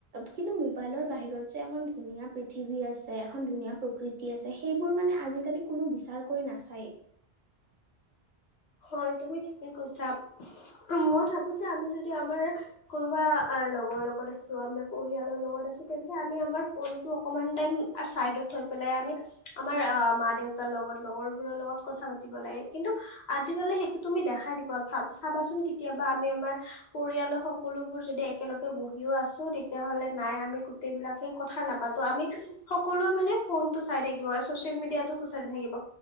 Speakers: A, on the right; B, on the left.
A: কিন্তু মোবাইলৰ বাহিৰত যে এখন ধুনীয়া পৃথিৱী আছে, এখন ধুনীয়া প্ৰকৃতি আছে, সেইবোৰ মানে আজিকালি কোনো বিচাৰ কৰি ন নাচায়।
B: হয় তুমি ঠিকে কৈছা, মই ভাবোঁ যে আমি যদি আমাৰ কোনোবা লগৰ লগত আছোঁ, আমাৰ পৰিয়ালৰ লগত আছোঁ, তেন্তে আমি আমাৰ ফোনটো অকণমান টাইম চাইডত থ পেলাই আমি আমাৰ আহ মা-দেউতাৰ লগত, লগৰবোৰৰ লগত কথা পাতিব লাগে। কিন্তু আজিকালি সেইটো তুমি দেখাই নোপোৱা, ভাৱ চাবাচোন কেতিয়াবা, আমি আমাৰ পৰিয়ালৰ সকলোবোৰ যদি একেলগে বহিও আছোঁ তেতিয়া হ'লে নাই আমি গোটেই বিলাকে কথা নাপাতো, আমি সকলোৱে মানে ফোন টো চাই থাকিব, ছ'চিয়েল মিডিয়াতটো খুচৰি থাকিব